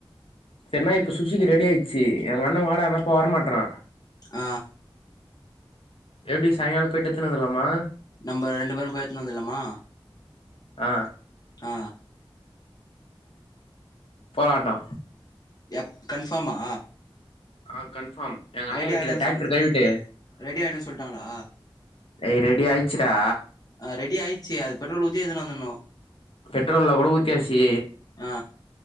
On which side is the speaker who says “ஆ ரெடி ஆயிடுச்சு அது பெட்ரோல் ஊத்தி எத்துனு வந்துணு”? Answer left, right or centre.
Left